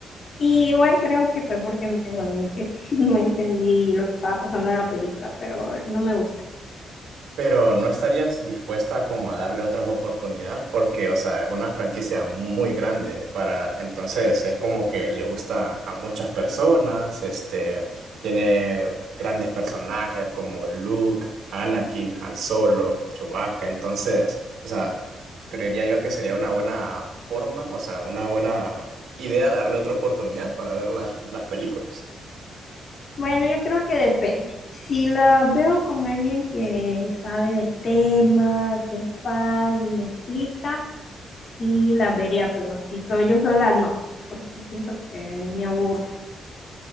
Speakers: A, on the left; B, on the right.
A: Y igual creo que fue porque me dormí, que <laughs> no entendí lo que estaba pasando en la película, pero no me gusta.
B: Pero ¿no estarías dispuesta como a darle otra oportunidad? Porque, o sea, es una franquicia muy grande para, entonces es como que le gusta a muchas personas, este, tiene grandes personajes como Luke, Anakin, Han Solo, Chewbacca, entonces, o sea, creería yo que sería una buena forma, o sea, una buena idea darle otra oportunidad para ver las las películas.
A: Bueno, yo creo que depende. Si la veo con alguien que sabe del tema, que es fan y me explica, sí la vería, pero si soy yo sola, no, porque siento que me aburro.